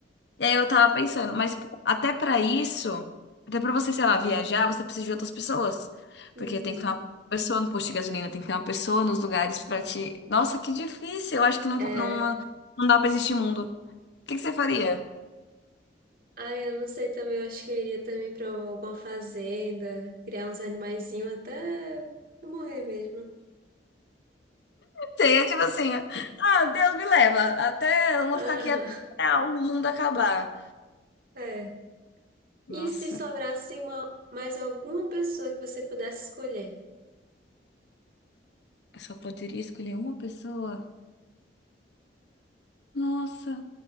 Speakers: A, on the left; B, on the right.
A: E aí eu tava pensando, mas até pra isso, até pra você, sei lá, viajar, você precisa de outras pessoas.
B: Uhum.
A: Porque tem que ter uma pessoa no posto de gasolina, tem que ter uma pessoa nos lugares pra te. Nossa, que difícil! Eu acho que não,
B: É.
A: não, não dá pra existir mundo. O que que você faria?
B: Ah, eu não sei também. Eu acho que eu iria também pra alguma fazenda. Criar uns animaizinhos até eu morrer mesmo.
A: Seria tipo assim, ah, Deus me leva, até eu vou
B: <laughs> Aham.
A: ficar aqui até o mundo acabar.
B: É.
A: Nossa,
B: E se sobrasse uma, mais alguma pessoa que você pudesse escolher?
A: eu só poderia escolher uma pessoa. Nossa,